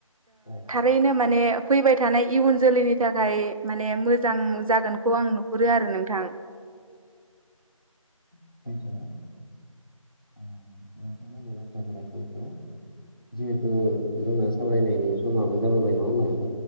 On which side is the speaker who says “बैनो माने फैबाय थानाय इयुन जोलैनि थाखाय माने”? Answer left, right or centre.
Right